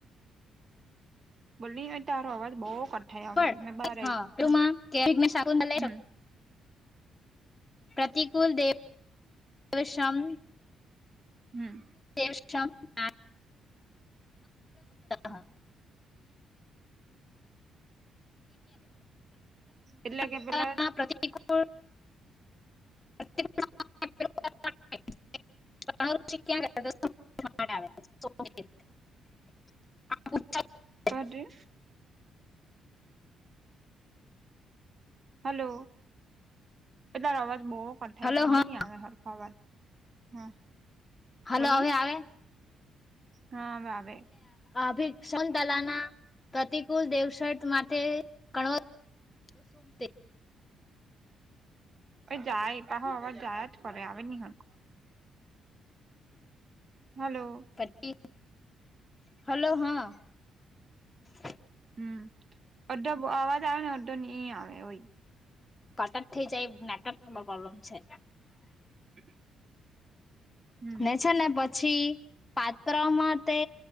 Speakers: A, on the right; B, on the left.
A: બોલીને યાર તારો આવાજ બહો કટ થાય
B: હંભળ
A: આવે. મેં બાર આઈ
B: પેલુંમાં
A: હા
B: કે વિઘ્ન શાકુંતલે
A: હમ્મ.
B: પ્રતિકૂલ દેવ દેશમ.
A: હમ
B: <inaudible> હા.
A: એટલે કે
B: અભિપ્રાયમાં
A: પેલા
B: <inaudible> <inaudible> આવે. <inaudible>
A: કહતી હલો બે તારો અવાજ બો કટ થાય.
B: હલો
A: કઈ
B: હા
A: બી નહી આવે હરખો અવાજ. હા.
B: હલો,
A: બોલની
B: હવે આવે?
A: હા હવે આવે.
B: અભિશું તલા ના પ્રતિકૂલ દેવશટ માટે કણવ તો શુમ તે
A: એ જાય બા હ આવાજ જાયાજ કરે, આવે નહીં હરકુ. હલો.
B: પછી હલો હા. <inaudible>
A: હમ અડધો અવાજ આવે ને અડધો નહી આવે હોય.
B: કટર થઇ જાએ નેટવર્ક પ્રોબ્લેમ છે.
A: <inaudible> હમ
B: ને છે ને પછી પાત્રા માં તે